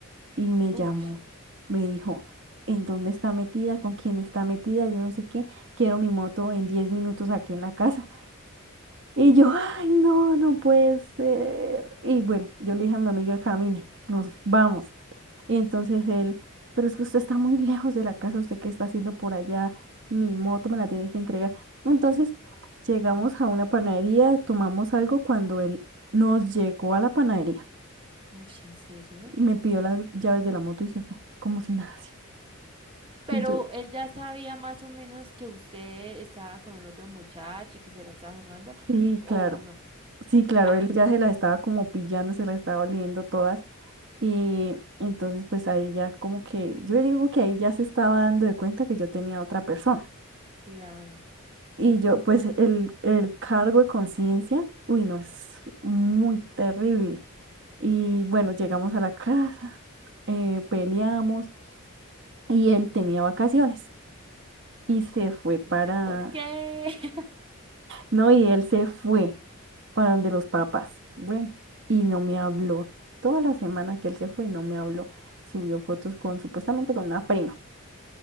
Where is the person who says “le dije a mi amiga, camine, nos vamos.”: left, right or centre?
Right